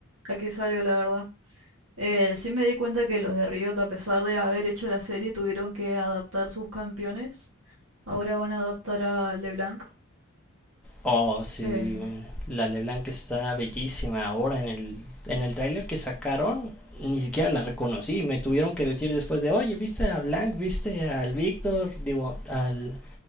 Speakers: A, on the right; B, in the centre.
A: a que salga, la verdad. Eh, sí me di cuenta que los de Riot, a pesar de haber hecho la serie, tuvieron que adaptar sus campeones Ahora van a adaptar a LeBlanc
B: Oh, sí.
A: eh,
B: La LeBlanc está bellísima ahora en el, en el tráiler que sacaron. Ni siquiera la reconocí. Me tuvieron que decir después de, oye, ¿viste a Blanc? ¿Viste al Víctor? Digo, al,